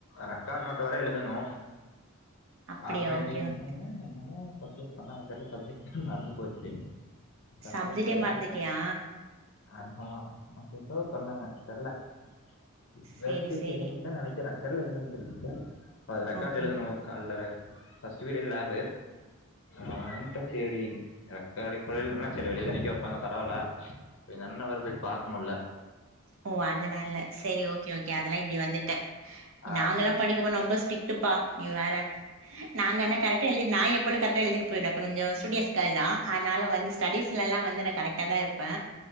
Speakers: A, on the left; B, on the right.
A: ரெக்கார்ட் நோட்டு வேற எழுதணு
B: அப்டியா
A: ஆப்ரேட்டிங்
B: ஓகே ஓகே.
A: என்ன மோ சப்ஜெக்ட் சொன்னாங்க தெர்ல சப்ஜெக்ட் மறந்து போச்சு சப்ஜெக்ட்
B: சப்ஜெக்டே
A: வேற
B: மறந்துட்டியா
A: ஆமா அப்ப எதோ சொன்னாங்க தெர்ல <unintelligible>
B: சரி
A: தா
B: சரி
A: நெனைக்கிறே தெர்ல என்னன் தெரில ப்ப அத ரெக்கார்ட்
B: ஓகே
A: எழுதணு கால்லற ஃபர்ஸ்ட்டு பீரியட் லேபு நா வன்ட்டே சேரி ரெக்கார்டு கொய்ல்லனா சேரி வெளிய தா நிக்க வெப்பாங்க பரவால்ல எங்கண்ணன வேற போய் பாக்முட்ல
B: ஓ அதனால செரி ஓகே ஓகே அதுல்ல இப்டி வந்துட்ட
A: ஆ
B: நாங்கல்லா படிக்க போ ரொம்ப ஸ்ட்ரிட்டுப்பா நீ வேற நாங்க என்ன கரெக்ட் எழுதி நா எப்பலு கரெட்டா எழுதிட்டு போய்ருவே கொஞ்சோ ஸ்டூடியோஸ் கேர்ள் தா ஆனாலு வந்து ஸ்டடீஸ் லா வந்து நா கரெக்ட் டா தாருப்பே